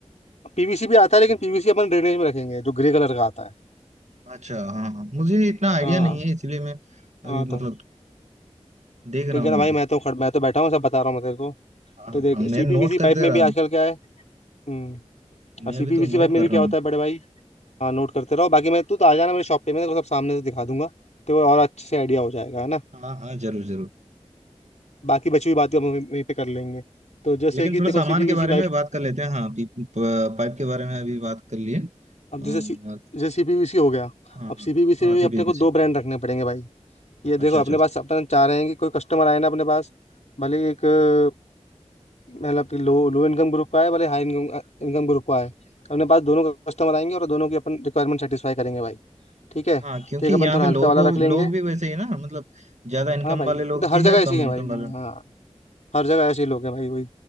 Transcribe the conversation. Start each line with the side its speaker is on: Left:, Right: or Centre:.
Left: पीवीसी भी आता है लेकिन पीवीसी अपन ड्रेनेज में रखेंगे जो ग्रे कलर का आता है
Right: अच्छा हाँ हाँ मुझे इतना आइडिया
Left: हाँ
Right: नहीं है इसलिए मैं अभी
Left: हाँ
Right: मतलब
Left: तो
Right: देख रहा
Left: ठीक है ना
Right: हूँ
Left: भाई
Right: अभी
Left: मैं तो खड़ मैं तो बैठा हूँ सब बता रहा हूँ मैं तेरे को
Right: हाँ
Left: तो
Right: हाँ
Left: देख
Right: हाँ, मैं
Left: सीपीवीसी
Right: नोट
Left: पाइप
Right: करते
Left: में
Right: रहा
Left: भी आजकल
Right: हूँ
Left: क्या है हम्म और
Right: मैं
Left: सीपीवीसी
Right: अभी तो नोट
Left: पाइप में
Right: कर
Left: भी
Right: रहा
Left: क्या
Right: हूँ
Left: होता है बड़े भाई हाँ नोट करते रहो बाकी मैं तू तो आ जाना मेरे शॉप पे मैं तेरे को सब सामने से दिखा दूंगा तो और अच्छे से आइडिया हो जाएगा है ना
Right: हाँ हाँ जरूर जरूर
Left: बाकी बची हुई बातें हम वहीं वहीं पे कर लेंगे तो जैसे
Right: लेकिन
Left: कि
Right: थोड़ा
Left: देखो
Right: सामान
Left: सीपीवीसी
Right: के बारे में
Left: पाइप
Right: बात कर लेते हैं हाँ पी, प- पाइप के बारे में अभी बात कर लिए अ,
Left: अब
Right: हाँ
Left: जैसे सी-
Right: हाँ
Left: जैसे सीपीवीसी हो गया
Right: हाँ
Left: अब सीपीवीसी
Right: हाँ, हाँ,
Left: में भी
Right: सी
Left: अपने
Right: पीवीसी
Left: को दो ब्रांड रखने पड़ेंगे भाई ये देखो
Right: अच्छा
Left: अपने
Right: अच्छा
Left: पास अपन चाह रहे हैं कि कोई कस्टमर आए ना अपने पास भले ही एक अ, मतलब कि लो लो इनकम ग्रुप का है भले हाई इनकम इनकम ग्रुप का है अपने पास दोनों कस्टमर आएंगे और दोनों की अपन रिक्वायरमेंट सेटिस्फाई करेंगे भाई ठीक है
Right: हाँ क्योंकि
Left: तो एक
Right: यहाँ
Left: अपन थोड़ा
Right: पे लोगों
Left: हल्का वाला रख लेंगे
Right: लोग भी वैसे ही ना मतलब ज्यादा इनकम
Left: हाँ भाई
Right: वाले
Left: वो
Right: लोग
Left: तो हर
Right: भी
Left: जगह
Right: है
Left: ऐसे
Right: कम
Left: ही है
Right: इनकम
Left: भाई
Right: वाले
Left: हाँ हर जगह ऐसे ही लोग हैं भाई वही